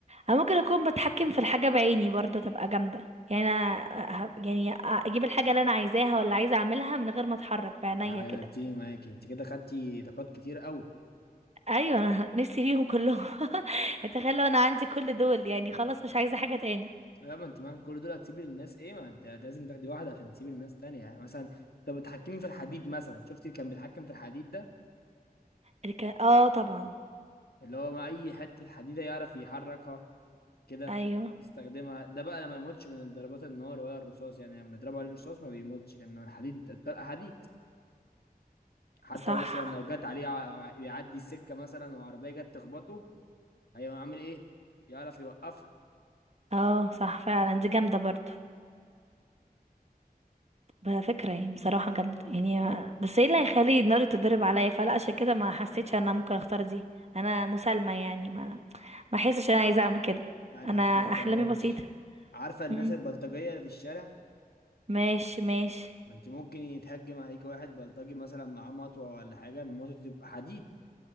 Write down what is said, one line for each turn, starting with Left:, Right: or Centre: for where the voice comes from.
Right: انا ممكن اكون بتحكم في الحاجة بعيني برضو تبقى جامدة يعني انا ه- يعني اجيب الحاجة اللي انا عايزاها ولا عايزة اعملها من غير ما اتحرك بعينيا
Left: انت حيرتيني
Right: كده
Left: معاك انت كده خدتي طاقات كتير قوي
Right: ايوه انا نفسي فيهم كلهم <laughs> اتخيل لو انا عندي كل دول يعني خلاص مش عايزه حاجه تاني
Left: لا ما انت معاك كل دول هتسيبي للناس ايه ما انت لازم تاخدي واحده عشان تسيبي للناس تانية يعني مثلا طب بتحكمي في الحديد مثلا شفتي اللي كان بيتحكم في الحديد ده
Right: الك- اه طبعا
Left: اللي هو ما اي حته حديده يعرف يحركها كده
Right: ايوه
Left: يستخدمها ده بقى لما يموتش من ضربات النار ولا الرصاص يعني لما يضربوا عليه الرصاص ما بيموتش لانه الحديد الطلقه حديد حتى
Right: صح
Left: مثلا لو جت عليه ع- بيعدي السكه مثلا وعربيه جت تخبطه هيعمل ايه يعرف يوقفها
Right: اه صح فعلا دي جامده برضو بقى فكره يعني بصراحه جامده يعني ما- بس ايه اللي هيخلي النار تتضرب عليا فلا عشان كده ما حسيتش انا ممكن اختار دي انا مسالمه يعني ما ما احسش انا عايزه اعمل كده
Left: يعني
Right: انا
Left: حتى ببلاش
Right: احلامي بسيطه
Left: عارفة الناس
Right: مم.
Left: البلطجية اللي في الشارع
Right: ماشي ماشي
Left: ما انت ممكن يتهجم عليك واحد بلطجي مثلا معاه مطوة ولا حاجة المطوة تبقى حديد